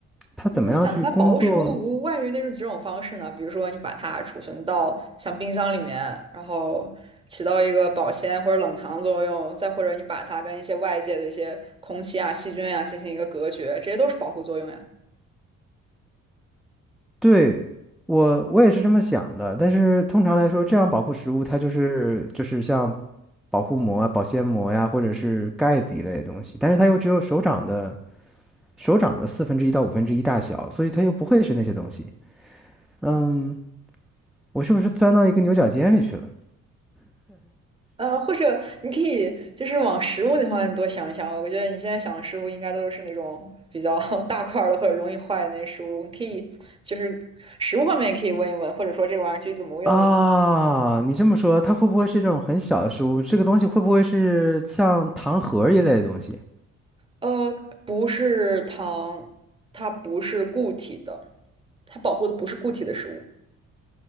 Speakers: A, in the centre; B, on the right.
A: 它怎么样去工作？
B: 你想一下，保护食物无外于那种几种方式呢？比如说，你把它储存到像冰箱里面，然后起到一个保鲜或者冷藏作用；再或者你把它跟一些外界的一些空气啊、细菌啊进行一个隔绝，这些都是保护作用呀。
A: 对，我我也是这么想的，但是通常来说，这样保护食物它就是就是像保护膜啊、保鲜膜呀，或者是盖子一类的东西，但是它又只有手掌的手掌的四分之一到五分之一大小，所以它又不会是那些东西。嗯，我是不是钻到一个牛角尖里去了？
B: 呃，或者你可以就是往食物那方面多想一想。我觉得你现在想的食物应该都是那种比较 <laughs> 大块儿的或者容易坏的那些食物。你可以就是食物方面也可以问一问，或者说这个玩意儿具体怎么用。
A: 啊，你这么说，它会不会是这种很小的食物？这个东西会不会是像糖盒儿一类的东西？
B: 呃，不是糖，它不是固体的，它保护的不是固体的食物，